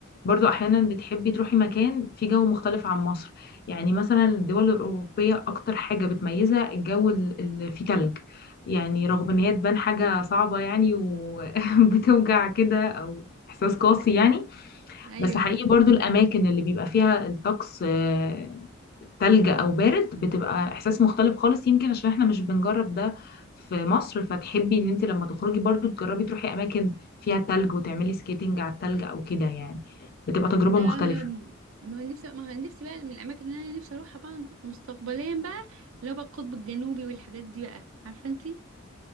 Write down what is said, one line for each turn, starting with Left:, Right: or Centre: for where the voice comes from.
Left: برضو أحيانا بتحبي تروحي مكان فيه جو مختلف عن مصر يعني مثلا الدول الأوروبية أكتر حاجة بتميزها الجو ال- اللي فيه تلج يعني رغم إن هي تبان حاجة صعبة يعني وبتوجع <laughs> كده أو إحساس قاسي يعني
Right: <laughs> ايوه
Left: بس حقيقي
Right: صح
Left: برضو الأماكن اللي بيبقى فيها الطقس آه، تلج او بارد بتبقى احساس مختلف خالص يمكن عشان احنا مش بنجرب ده في مصر فتحبي ان انت لما تخرجي برضو تجربي تروحي اماكن فيها تلج وتعملي سكيتنج على التلج او كده يعني بتبقى تجربة
Right: أم،
Left: مختلفة
Right: ما هو نفسي ما هو نفسي بقى من الاماكن اللي انا نفسي اروحها بقى مستقبليا بقى اللي هو بقى القطب الجنوبي والحاجات دي بقى عارفه انتي